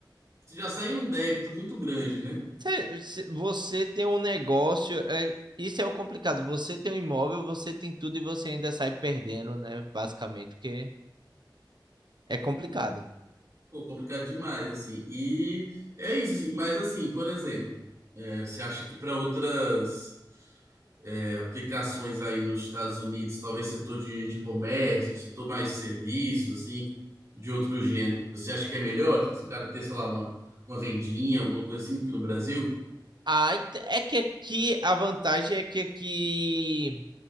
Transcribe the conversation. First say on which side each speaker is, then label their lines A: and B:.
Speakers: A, on the right; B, on the right.
A: Você já sai em um débito muito grande, né?
B: Cê- cê- Você tem um negócio, é, isso é o complicado. Você tem um imóvel, você tem tudo e você ainda sai perdendo, né? Basicamente, porque é complicado.
A: Pô, complicado demais, assim. E é isso, assim. Mas, assim, por exemplo, é, você acha que para outras é, aplicações aí nos Estados Unidos, talvez setor de, de comércio, setor mais de serviços, assim, de outro gênero, você acha que é melhor? Tipo assim, o cara ter, sei lá, uma, uma vendinha, alguma coisa assim, do que no Brasil?
B: Ah, ent- é que aqui a vantagem é que aqui